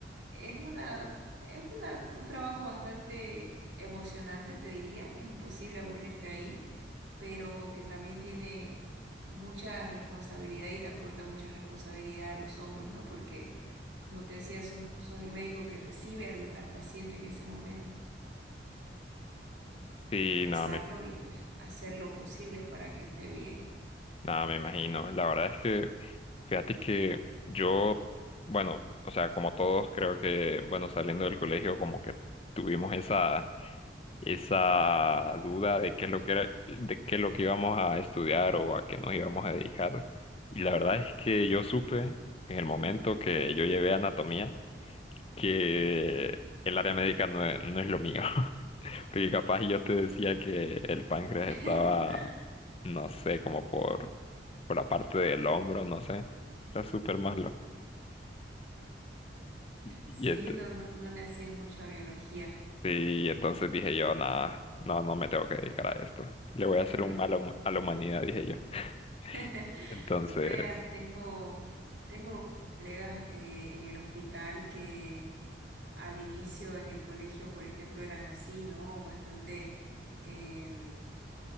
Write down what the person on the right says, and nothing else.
es una, es una, un trabajo bastante emocionante, te diría. Es imposible aburrirte ahí, pero que también tiene mucha responsabilidad y te aporta mucha responsabilidad a los hombros, ¿no? Porque, como te decía, sos, sos el médico que recibe al, al paciente en ese momento
revisarlo
y pues hacer lo posible para que esté bien.
<laughs>
Sí,
no, no, no le hacías mucho a biología.
Ujú.
<laughs>
No creas, tengo, tengo colegas eh, en el hospital que al inicio en el colegio, por ejemplo, eran así, ¿no? Bastante em,